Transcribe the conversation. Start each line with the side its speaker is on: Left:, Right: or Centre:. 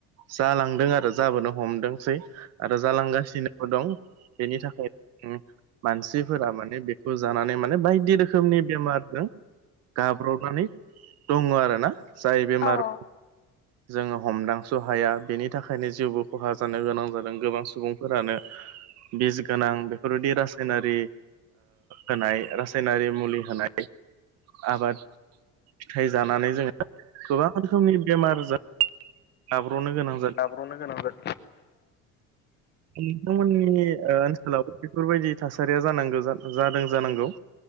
Right: जालांदों आरो जाबोनो हमदोंसै आरो जालांगासिनोबो दं बेनि थाखाय मानसिफोरा माने बेखौ जानानै माने बायदि रोखोमनि बेमारजों गाब्रबनानै दङ आरोना जाय बेमार
Left: ओ
Right: जोङो हमदांस'हाया बेनि थाखायनो जिउबो खहा जानो गोनां जादों गोबां सुबुंफोरानो बिस गोनां बेफोरबायदि रासायनारि होनाय रासायनारि मुलि होनाय आबाद फिथाइ जानानै जोङो गोबां रोखोमनि बेमार जाब्र'नो गोनां जायो
Left: ब्र'नो गोनां जागोन
Right: नोंथांमोननि ओ ओनसोलाव बेफोरबायदि थासारिया जानांगौ जादों जानांगौ